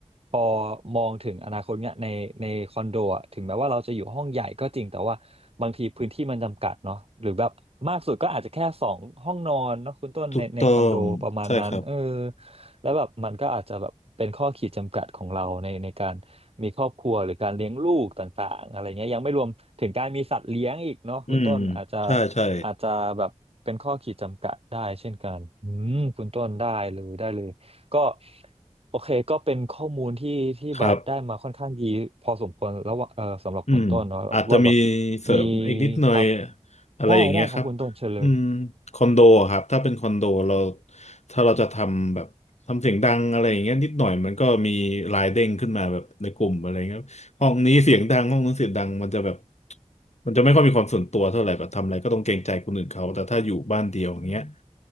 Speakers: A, on the right (about 55°); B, on the left (about 65°).
A: พอมองถึงอนาคตเนี่ยในในคอนโดอะถึงแม้ว่าเราจะอยู่ห้องใหญ่ก็จริงแต่ว่าบางทีพื้นที่มันจำกัดเนาะหรือแบบมากสุดก็อาจจะแค่สองห้องนอนเนาะคุณต้นในในคอนโดประมาณนั้นเออ
B: ถูกต้องใช่ครับ
A: แล้วแบบมันก็อาจจะแบบเป็นข้อขีดจำกัดของเราในในการมีครอบครัวหรือการเลี้ยงลูกต่างๆอะไรเงี้ยยังไม่รวมถึงการมีสัตว์เลี้ยงอีกเนาะคุณต้นอาจจะ
B: อืมใช่ใช่
A: อาจจะแบบเป็นข้อขีดจำกัดได้เช่นกันอืมคุณต้นได้เลยได้เลยก็โอเคก็เป็นข้อมูลที่ที่บาสได้มาค่อนข้างดีพอสมควรแล้วว่าเออสำหรับคุณต้นเนาะว่าแบบ
B: ครับ อืมอาจจะมีเสริมอีกนิดหน่อย
A: มีครับ
B: อะไรอย่างเงี้ยครับ
A: ได้ได้ครับคุณต้นเชิญเลย
B: อืมคอนโดอะครับถ้าเป็นคอนโดเราถ้าเราจะทำแบบทำเสียงดังอะไรอย่างเงี้ยนิดหน่อยมันก็มีลายเด้งขึ้นมาแบบในกลุ่มอะไรเงี้ยห้องนี้เสียงดังห้องนู้นเสียงดังมันจะแบบมันจะไม่ค่อยมีความส่วนตัวเท่าไหร่แบบทำอะไรก็ต้องเกรงใจคนอื่นเขาแต่ถ้าอยู่บ้านเดียวอย่างเงี้ย